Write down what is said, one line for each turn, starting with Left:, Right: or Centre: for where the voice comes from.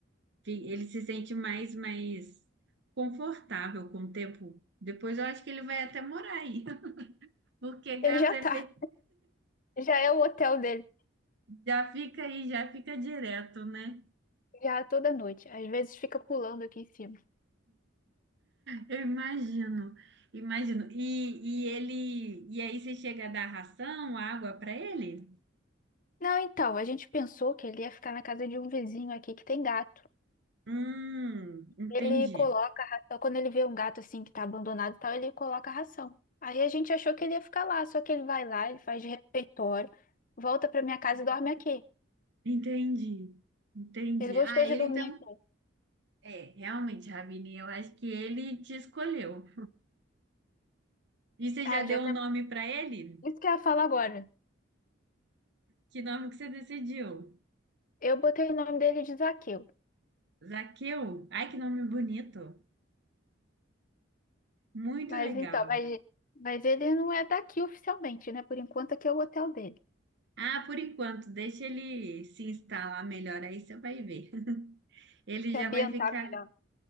Right: Que Ele se sente mais, mais confortável com o tempo. Depois eu acho que ele vai até morar aí, <laughs> porque gato
Left: Ele já
Right: é
Left: tá,
Right: bem
Left: já é o hotel dele,
Right: Já fica aí, já fica direto, né?
Left: já é toda noite. Às vezes fica pulando aqui em cima.
Right: Eu imagino, imagino. E, e ele, e aí você chega a dar ração, água para ele?
Left: Não, então, a gente pensou que ele ia ficar na casa de um vizinho aqui que tem gato.
Right: Hum, entendi,
Left: Ele coloca a ração, quando ele vê um gato assim que tá abandonado e tal, ele coloca a ração. Aí a gente achou que ele ia ficar lá, só que ele vai lá, ele faz de refeitório, volta pra minha casa e dorme aqui.
Right: entendi, entendi.
Left: Ele gostou
Right: Ah,
Left: de
Right: ele
Left: dormir
Right: então,
Left: aqui.
Right: é, realmente, Ravine, eu acho que ele te escolheu. E você
Left: Ah,
Right: já deu
Left: eu já até...
Right: um nome para ele?
Left: Isso que eu ia falar agora.
Right: Que nome que você decidiu?
Left: Eu botei o nome dele de Zaqueu.
Right: Zaqueu? Ai, que nome bonito. Muito
Left: Mas
Right: legal.
Left: então, mas, mas ele não é daqui oficialmente, né? Por enquanto aqui é o hotel dele.
Right: Ah, por enquanto, deixa ele se instalar melhor aí, você vai ver. Ele
Left: Se
Right: já
Left: ambientar
Right: vai ficar,
Left: melhor.